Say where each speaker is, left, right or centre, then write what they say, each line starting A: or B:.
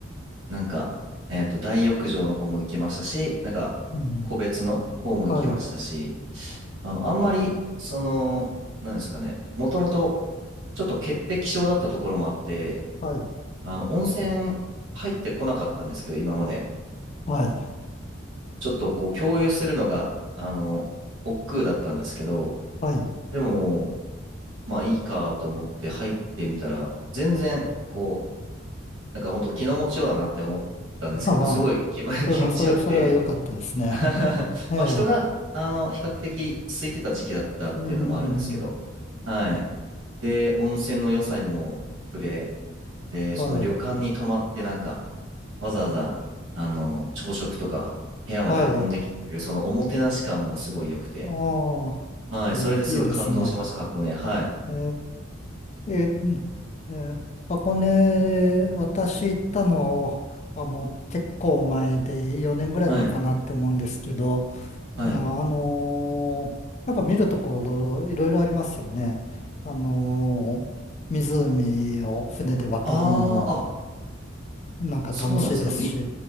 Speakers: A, on the right; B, on the left.
A: なんか、えっと、大浴場の方も行きましたし、なんか、
B: うん。
A: 個別の方も行きましたし、
B: はい。
A: あの、あんまり、その、なんですかね、もともと、ちょっと潔癖症だったところもあって、
B: はい。
A: あの、温泉入ってこなかったんですけど、今まで。
B: はい。
A: ちょっとこう、共有するのが、あの、億劫だったんですけど、
B: はい。
A: でも、まあいいかと思って入ってみたら、全然、こう、なんか本当気の持ちようだなって思ったんですけど、
B: <laughs> ああ、
A: すごい気ま <laughs>
B: それ、
A: 気持ちよくて
B: それ、それは良かったですね。<laughs>
A: <laughs>
B: ええ。
A: まあ人が、あの、比較的空いてた時期だったっていうのもあるんですけど、
B: うん。
A: はい。で、温泉の良さにも触れ、で、その旅館に泊まってなんか、
B: はい。
A: わざわざ、あの、朝食とか部屋まで運んできてくれる、
B: はい。
A: そのおもてなし感もすごい良くて、
B: ああ、
A: はい。
B: いいで、
A: それですごい感動しました、
B: いいですね。
A: 箱根。はい。
B: えー、えーえー箱根、私行ったのはもう結構前で、4年ぐらい前かなって思うんですけど、
A: はい。はい。
B: ああのーやっぱ見るところいろいろありますよね。あのー湖を船で渡るのも
A: あー、あ、
B: なんか楽しいですし、
A: そうなんですか。み、